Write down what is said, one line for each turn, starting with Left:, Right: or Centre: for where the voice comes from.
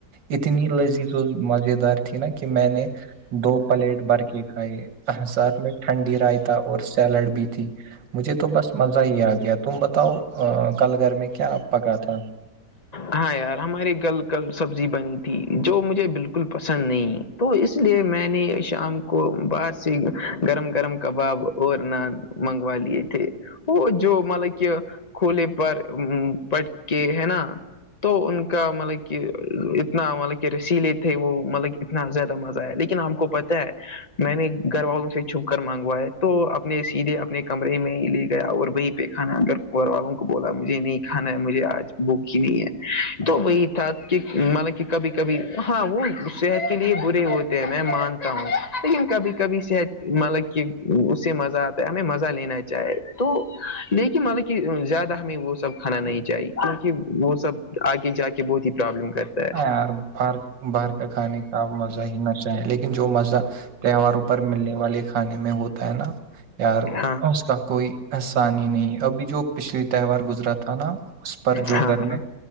Right: اتنی لذیذ و مز دار تھی نا کہ میں نے دو پلیٹ برک ساتھ میں ٹھنڈی رائے تھا اور سیلڈ بھی تھی مجھے تو بس مزہ ہی آ گیا تم بتاؤ کل گھر میں کیا پکا تھا
Left: ہاں یار ہمارے گھر کل سبزی بنی تھی جو مجھے بالکل پسند نہیں تو اس لیے میں نے شام کو باہر سے گرم گرم کباب اور نان منگوا لیے تھے وہ جو مطلب کہ کھولے پر ا پٹ کے ہے نا تو ان کا مطلب کہ اتنا مطلب کہ رسیلے تھے وہ مطلب اتنا زیادہ مزہ ہے لیکن آپ کو پتا ہے میں نے گھر والوں سے چھپ کر مانگوا ہے تو اپنے سیدھے اپنے کمرے میں ہی لے گیا اور وہی پہ کھانا ا گھر گھر والوں کو بولا مجھے نہیں کھانا ہے مجھے آج بوک نہیں ہے تو وہی تھا کہ مطلب کہ کبھی کبھی ہاں وہ صحت کے لیے برے ہوتے میں مانتا ہوں لیکن کبھی کبھی شت مطلب کہ اس سے مزہ آتا ہمیں مزہ لینا چاہے تو لیکن مطلب کہ زیادہ ہمیں وہ سب کھانا نہیں چاہیے کیونکہ وہ سب آگے جا کے بہت ہی پرابلم ہے کرتا
Right: اار باہر باہر کا کھانے کا مزہ ہی مچاہ ہے لیکن جو مزہ تہواروں پر ملنے والے کھانے میں ہوتا ہے نا یار
Left: ہاں
Right: اس کا کوئی احسان ہی نہیں ابھی جو پچھلی تہوار گزرا تھا نا اس پر جو
Left: ہاں
Right: گھر
Left: ہاں
Right: میں